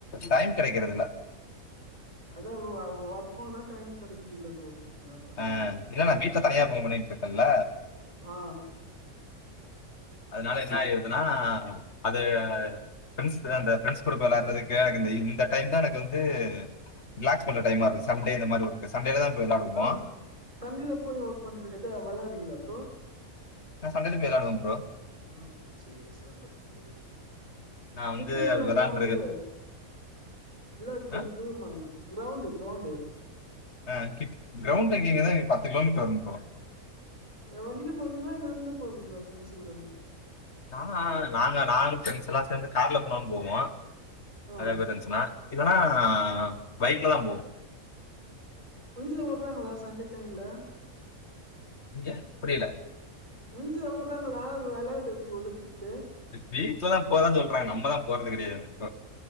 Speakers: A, on the left (about 50°); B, on the right (about 25°).
A: டைம் கெடைக்கறது இல்ல
B: அதா ஏ வொர்க்ப்போனா டைம் கெடைக்குது இல்ல ப்ரோ என்னா பண்ணது
A: ஆ
B: ப்ரோ
A: இல்ல நா வீட்ல தனியா ஒபன் பண்ணிட்டு இருக்கேல்ல
B: ஆ
A: அதனால என்ன ஆயிருதுன்னா அது பிண்ஸ் அந்த ஃபிரெண்ட்ஸ் கூட விளாடுறதுக்கு எனக்கு இந்த டைம்தா எனக்கு வந்து ரிலாக்ஸ் பண்ற டைம்மா இருக் சண்டே இந்த மாறி இருக்கு சண்டேல தா போய் வெளாடுவோ
B: ஆ சண்டேல போய் ஒர்க் பண்ண எத விளாறீங்களா ஃப்ரோ
A: நா சண்டேல போய் விளாடுவோ ஃப்ரோ
B: ஆ சேக் சந்த ஸ்கோறு
A: நான் வந்து
B: கிட்டதான
A: விளையாண்டுருக்க
B: கிரௌண்டு இல்ல அது கொஞ்சோ
A: ஆ
B: தூரமா கிரௌண்டு கிரௌண்டு்
A: ஆ கிட் கிரௌண்ட் அங்கங்கதா பத்து கிலோமீட்டர் வரு ஃப்ரோ
B: இல்ல வண்டியில போவீங்ளா நந்து போவீங்கள ஃப்ரெண்ட்ஸ் கூட
A: ஆ நா நாங்க நானு ஃபிரெண்ட்ஸ் எல்லா சேந்து கார்ல போனாலு போவோ
B: ஆ
A: நெறைய பேரு இருந்துசுனா இல்லனா பைக்ல தா போவோ
B: வீட்ல வுறாங்களா சண்டே டைம்ல
A: இங்க புரியில
B: வீட்ல வுடுறாங்களா வெளாயாண்டது ஓடுட்டுக்கு
A: வீட்ல தா போறனு தா சொல்றாங்க நம்மதா போறது கெடையாது இப்போ